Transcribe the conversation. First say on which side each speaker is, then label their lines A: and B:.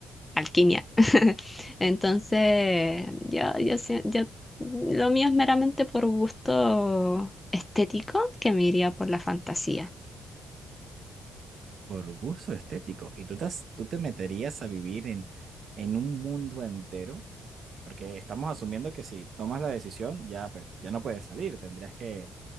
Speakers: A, on the left (about 15°); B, on the right (about 55°).
A: alquimia. <laughs> Entonces, yo, yo, sie- yo, lo mío es meramente por gusto estético, que me iría por la fantasía.
B: Por gusto estético. ¿Y tú te, has- tú te meterías a vivir en, en un mundo entero? Porque estamos asumiendo que si tomas la decisión, ya pues ya no puedes salir, tendrías que